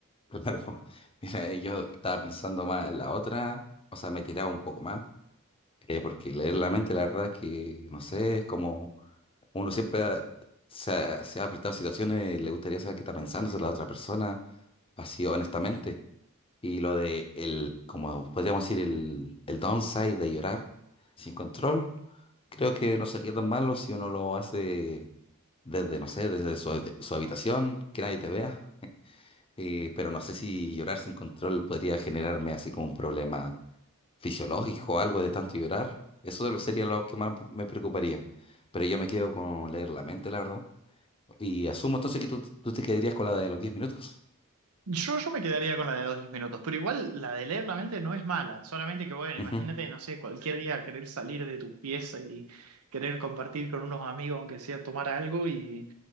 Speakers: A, on the left; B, on the right.
A: Claro, <laughs> mira, eh, yo estaba pensando más en la otra, o sea, me tiraba un poco más, eh, porque leer la mente, la verdad es que, no sé, es como uno siempre ha- se ha, se ha enfrentado a situaciones, le gustaría saber qué está pensando sobre la otra persona, así honestamente. Y lo de el, como podríamos decir, el, el downside de llorar sin control, creo que no sería tan malo si uno lo hace desde, no sé, desde su, su habitación, que nadie te vea. Eh, pero no sé si llorar sin control podría generarme así como un problema fisiológico o algo de tanto llorar. Eso lo- sería lo que más me preocuparía. Pero yo me quedo con leer la mente, la verdad. Y asumo entonces que tú, tú te quedarías con la de los diez minutos.
B: Yo, yo me quedaría con la de los 10 minutos, pero igual la de leer la mente no es mala, solamente que bueno,
A: Ujú.
B: imagínate,
A: <laughs>
B: no sé, cualquier día querer salir de tu pieza y querer compartir con unos amigos, aunque sea tomar algo y,